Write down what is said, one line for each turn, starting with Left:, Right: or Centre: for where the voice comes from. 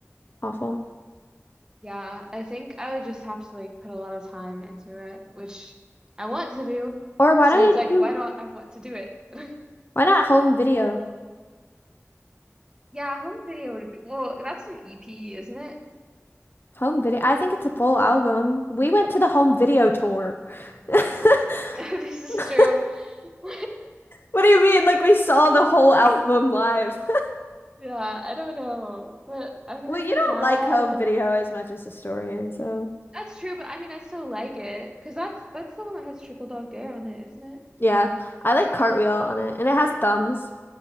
Left: awful.
Right: Yeah, I think I would just have to like put a lot of time into it, which I want to do.
Left: Or why
Right: So
Left: don't
Right: it's
Left: you
Right: like,
Left: do,
Right: why don't I want to do it? <laughs>
Left: why not Home Video?
Right: Yeah, home video would be, well, that's an EP, isn't it?
Left: Home Video. I think it's a full album. We went to the Home Video tour. <laughs>
Right: <laughs> This is
Left: <laughs>
Right: true. <laughs>
Left: What do you mean? Like we saw the whole album live. <laughs>
Right: Yeah, I don't know, but I'm gonna
Left: Well, you
Right: do
Left: don't
Right: that.
Left: like home video as much as Historian, so
Right: That's true, but I mean, I still like it because that's that's the one that has Triple Dog Dare on it, isn't it?
Left: yeah. I like Cartwheel on it, and it has thumbs.